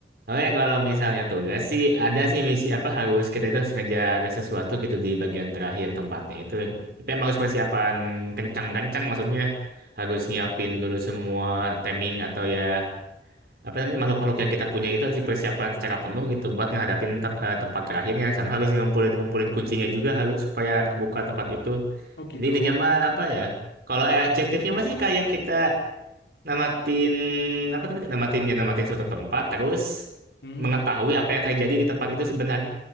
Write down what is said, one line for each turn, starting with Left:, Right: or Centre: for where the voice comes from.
Right: Oke, kalau misalnya tugas sih ada sih misi apa harus kita itu harus ngejar sesuatu gitu di bagian terakhir tempatnya itu. Tapi emang harus persiapan kencang-kencang maksudnya harus nyiapin dulu semua timing atau ya apa namanya makhluk-makhluk yang kita punya itu harus dipersiapkan secara penuh gitu buat ngadapin te- eh, tempat terakhirnya sama harus ngumpulin-ngumpulin kuncinya juga harus supaya kebuka tempat itu.
Left: oh gitu
Right: Jadi intinya mah apa ya? Kalau eh, objektifnya masih kayak kita namatin apa namanya? Namatin ya namatin suatu tempat terus
Left: hmm
Right: mengetahui apa yang terjadi di tempat itu sebenarnya.